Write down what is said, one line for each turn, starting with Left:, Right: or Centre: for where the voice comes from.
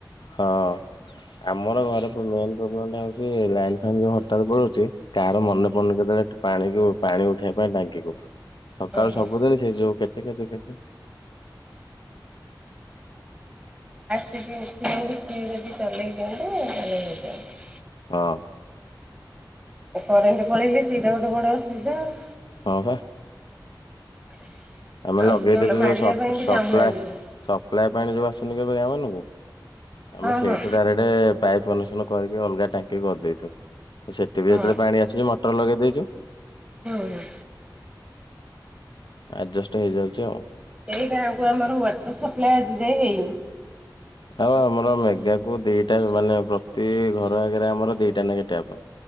Left: ହଁ ଆମର ଘରେ ମେନ୍ ପ୍ରୋବ୍ଲେମ ଟା ହଉଛି ଲାଇନ୍ ଫାଇନ୍ ଯୋଉ ହଠାତ୍ ପଳଉଛି କାହାର ମନେ ପନେ କେତେବେଳେ ପାଣିକୁ ପାଣି ଉଠେଇବା ପାଇଁ ଟାଙ୍କିକୁ। ସକାଳୁ
Right: ଓହୋ।
Left: ସବୁଦିନ ସେ ଯୋଉ କେତେ କେତେ କେତେ
Right: ଟିକେ ଉଠିଚନ୍ତି ସିଏ ଯଦି ଚଲେଇ ଦିଅନ୍ତେ ତାହେଲେ ହେଇଯାନ୍ତା।
Left: ହଁ।
Right: କରେଣ୍ଟ ପଳେଇଲେ ସେଇଟା ଗୋଟେ ବଡ ଅସୁବିଧା ଆଉ।
Left: ହଁ ପା।
Right: <inaudible>
Left: ଆମେ
Right: ଆଉ
Left: ଲଗେଇ
Right: ଟିଅଲ
Left: ଦେଇଛୁ
Right: ମାରିବା
Left: ଯୋଉ ସପ୍
Right: ପାଇଁ
Left: ସପ୍ଲାଏ
Right: ବି ଚାହୁଁନାହାନ୍ତି କି
Left: ସପ୍ଲାଏ ପାଣି ଯୋଉ ଆସୁନି କି ମାନଙ୍କୁ। ଆମେ
Right: ହଁ
Left: ସେଇଠୁ
Right: ହଁ
Left: ଡାଇରେଟ ପାଇପ୍ କନେକଷନ କରିକି ଅଲଗା ଟାଙ୍କି କରିଦେଇଛୁ। ତ ସେଠି ବି
Right: ହଁ।
Left: ଯେତେବେଳେ ପାଣି ଆସୁଛି ମଟର ଲଗେଇ ଦେଇଛୁ।
Right: ହୁଁ ହୁଁ
Left: ଆଡଜେଷ୍ଟ ହେଇଯାଉଛି ଆଉ।
Right: ଏଇ ଗାଁକୁ ଆମର ୱାଟର ସପ୍ଲାଏ ଆଜି ଯାଏଁ ହେଇନି।
Left: ଆଉ ଆମର ମେ ବେକୁ ଦିଟା ମାନେ ପ୍ରତି ଘର ଆଗରେ ଆମର ଦିଟା ନାଖେ ଟ୍ୟାପ।